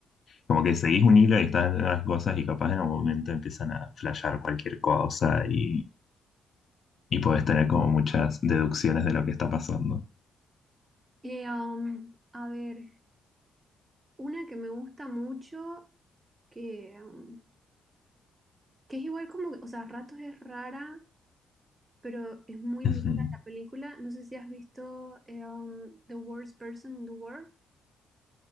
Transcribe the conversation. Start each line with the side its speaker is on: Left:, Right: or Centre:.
Left: Como que seguís un hilo y estás haciendo las cosas y capaz en algún momento empiezan a flashear cualquier cosa y, y podés tener como muchas deducciones de lo que está pasando.
Right: Y, um, a ver, una que me gusta mucho, que, um, que es igual como, que- o sea, a ratos es rara, pero es muy linda
Left: Ujú.
Right: la película. No sé si has visto eh, um, The Worst Person in the World.